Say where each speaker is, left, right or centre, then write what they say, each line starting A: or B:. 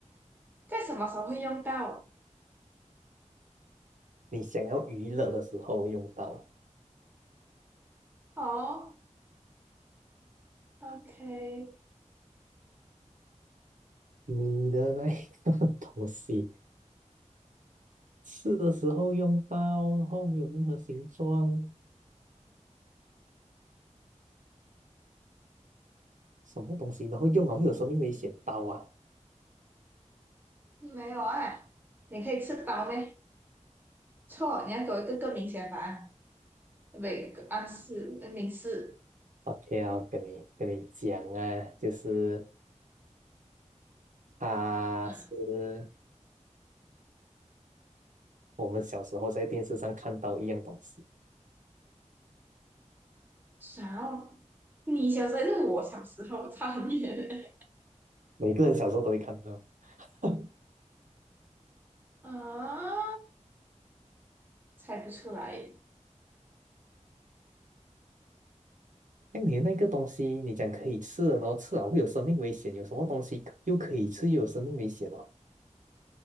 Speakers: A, on the right (about 15°); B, on the right (about 85°).
A: 在什么时候会用到？
B: 你想要娱乐的时候用到。
A: 哦，OK，
B: 你的那一个 <laughs> 东西，吃的时候用到，然后没有任何形状，什么东西，然后用了会有生命危险，刀啊！
A: 没有啊，你可以吃饱没？错，你要给我一个更明显的答案，不，一个暗示，呃明示。
B: OK，要跟你跟你讲啊，就是它是
A: 嗯，
B: 我们小时候在电视上看到一样东西，
A: 啥哦？你小时候还是我小时候，差很远欸
B: 每个人小时候都会看到。<laughs>
A: 啊，猜不出来。
B: 像你的那个东西，你讲可以吃的，然后吃了会有生命危险，有什么东西可又可以吃又有生命危险哦？